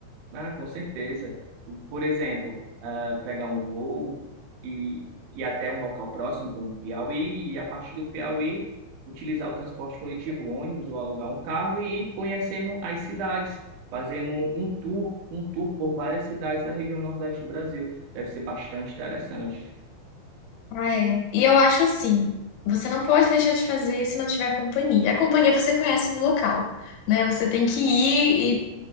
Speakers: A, on the right; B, on the left.
A: Ah, com certeza. Por exemplo, ah, pegar um voo e ir até um local próximo, como Piauí, e a partir do Piauí utilizar o transporte coletivo, ônibus ou alugar um carro e ir conhecendo as cidades, fazendo um um tour, um tour por várias cidades da região Nordeste do Brasil. Deve ser bastante interessante.
B: Ah, é. E eu acho assim, você não pode deixar de fazer se não tiver companhia. A companhia você conhece no local, né? Você tem que ir